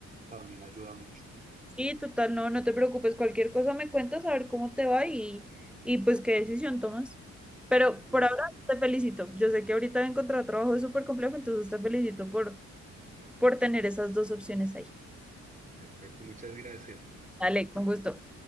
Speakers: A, on the right (about 25°); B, in the centre.
A: también ayuda mucho.
B: Sí, total, no, no te preocupes, cualquier cosa me cuentas a ver cómo te va y, y pues qué decisión tomas. Pero por
A: Listo,
B: ahora te felicito. Yo sé que ahorita encontrar trabajo es súper complejo, entonces te felicito por, por tener esas dos opciones ahí.
A: perfecto, muchas gracias.
B: Dale, con gusto.